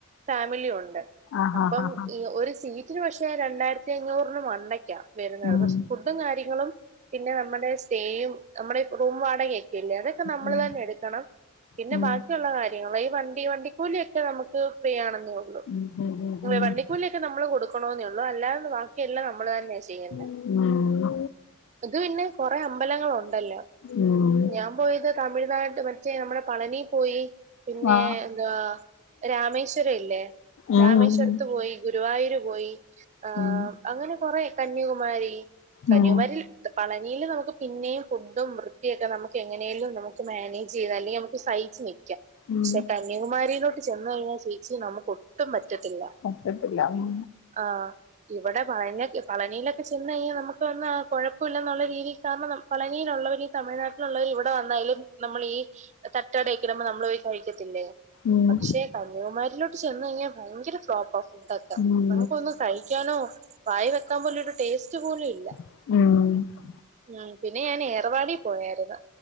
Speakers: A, on the right; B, on the left.
A: ഫാമിലിയുണ്ട്
B: ആഹാ
A: അപ്പം
B: ഹാ ഹാ
A: ഈ ഒരു സീറ്റിന് പക്ഷെ രണ്ടായിരത്തി അഞ്ഞൂർ രൂ മണ്ടയ്ക്ക്യാ വരുന്നത്
B: ഉം
A: ഫു ഫുഡും കാര്യങ്ങളും പിന്നെ നമ്മടെ സ്സേയും നമ്മടെ റൂം വാടകേ പിള്ളേര്ടെക്കെ നമ്മള്
B: ഉം
A: തന്നെ എട്ക്കണം പിന്നെ
B: ഉം
A: ബാക്കിയുള്ള കാര്യങ്ങൾ ഈ വണ്ടി വണ്ടി കൂലി ക്കെ നമുക്ക് ഫ്രീയാണന്നേ ഉള്ളൂ
B: ഉം ഉം
A: വേവണ്ടി ക്കൂലിക്കെ നമ്മള് കൊടുക്കണോന്നേ ഉള്ളൂ അല്ലാത ബാക്കിയെല്ലാം നമ്മള് തന്നെയ ചെയ്യുന്നേ
B: ഉം ഉം
A: അത് പിന്നെ കൊറെ അമ്പലങ്ങളുണ്ടല്ലോ
B: ഉം ഉം
A: ഞാം പോയത് തമിഴ്നാട് മറ്റേ നമ്മടെ പളനി പോയി പിന്നെ
B: ആഹ്
A: എന്താ രാമേശ്വര ഇല്ലേ
B: ഉം
A: രാമേശ്വരത്ത്
B: ഉം
A: പോയി ഗുരുവായൂര് പോയി ആഹ്
B: ഉം
A: അങ്ങനെ കൊറെ കന്യാകുമാരി കന്യകുമാരിൽത്
B: ഉം
A: പളനീല് നമുക്ക് പിന്നെയും ഫുഡും വൃത്തിയൊക്കെ നമുക്ക് എങ്ങനെലും നമുക്ക് മാനേജ് ചെയ്താല് തേയമുക്ക് സയിച്ച് നിക്ക്യ
B: ഉം
A: ഷേപ കന്യകുമാരിയിലോട്ട് ചെന്നഴിഞ്ഞാ ചേച്ചി നമുക്ക് ഒട്ടും പറ്റത്തില്ല
B: പറ്റത്തില്ല ഉം
A: ആഹ് ഇവടെ പളന്യകെ പളനീലൊക്കെ ചെന്നഴിഞ്ഞാ നമക്ക് വന്നാ കൊഴപ്പുല്ലന്നുള്ള രീതികാൺണം നം പളനിലുള്ളവരീ തമിഴ്നാട്ടിലുള്ളവര് ഇവടെ വന്നാലും നമ്മളീ തട്ട് കടേക്കിലംന്ന് നമ്ള് പോയി കഴിക്കത്തില്ലേ
B: ഉം
A: പക്ഷെ കന്യാകുമാരിലോട്ട് ചെന്നഴിഞ്ഞ ഭയങ്കര ഫ്ലോപ്പ ഫുഡൊക്കെ
B: ഉം
A: നമുക്കൊന്നു കഴിക്കാനോ വായിവെക്കാൻ പോലും ഒരു ടേസ്റ്റുപോലും ഇല്ല.
B: ഉം
A: ഉം പിന്നെ ഞാനെ ഏർവാടി പോയാരുന്നു